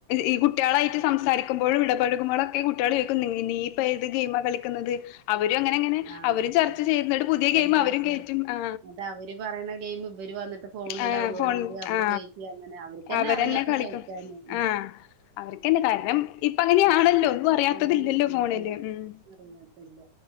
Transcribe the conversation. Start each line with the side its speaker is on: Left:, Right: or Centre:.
Left: ഈ കുട്ടികളായിട്ട് സംസാരിക്കുമ്പോഴും സംസാരിക്കുമ്പോഴും ഇടപഴകുമ്പോഴൊക്കെ കുട്ടികൾ കേക്കുന്നു നീ ഇപ്പോഏത് ഗെയിം കളിക്കുന്നത് അവരും അങ്ങനെ അങ്ങനെ
Right: ആ.
Left: അവരും ചർച്ച ചെയ്യുന്ന്
Right: പരസ്പരം
Left: പുതിയ ഗെയിം
Right: ചർച്ച
Left: അവരും
Right: ചെയ്യും.
Left: കയറ്റും ആ
Right: എന്നിട്ട് അവര് പറയണ ഗെയിം ഇവര് വന്നിട്ട് ഫോണില്
Left: ആഫോൺ
Right: ഡൗൺലോഡ് ചെയ്ത് അവര്
Left: ആ
Right: കയറ്റി അങ്ങനെ. അവര്ക്കന്നെ
Left: അവരെന്നെ
Right: അറിയാം ഒക്കെ
Left: കളിക്കും
Right: കേറ്റാന്.
Left: ആ അവർക്കന്ന കാരണം ഇപ്പ അങ്ങനെയാണല്ലോ
Right: ഉ
Left: ഒന്നും
Right: ഇപ്പൊ
Left: അറിയാത്തതില്ലല്ലോ
Right: അങ്ങനെയാണ്
Left: ഫോണില് ഉം
Right: അറിയത്തില്ല